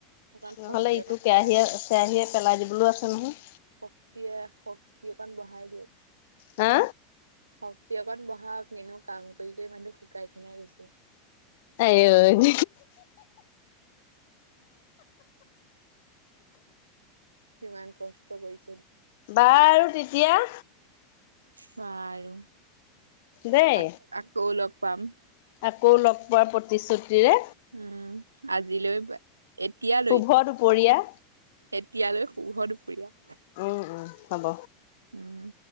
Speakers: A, on the right; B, on the left.
A: অকণ
B: নহ'লে
A: শক্তি
B: ইটো
A: অকণ
B: কেৰাহীয়ে-কেৰাহীয়ে
A: বঢ়াই
B: পেলাই দিবলৈও আছে নহয়।
A: শক্তিয়ে শক্তি অকণ বঢ়াই দিয়ক।
B: হা?
A: শক্তি অকত বঢহাক, কিনো কাম কৰি-কৰি মানুহ শুকাই খিনাই গৈছে।
B: আইঔ <unintelligible>
A: কিমান কষ্ট কৰিছ
B: বাৰু তেতিয়া
A: বাৰু।
B: দেই
A: আ আকৌল পাম।
B: আকৌ লগ পোৱাৰ প্ৰতিশ্ৰুতিৰে।
A: উম আজিলৈ এতিয়ালৈ
B: শুভ দুপৰীয়া।
A: এতিয়ালৈ শুহ দুপৰীয়া।
B: উম হ'ব
A: উম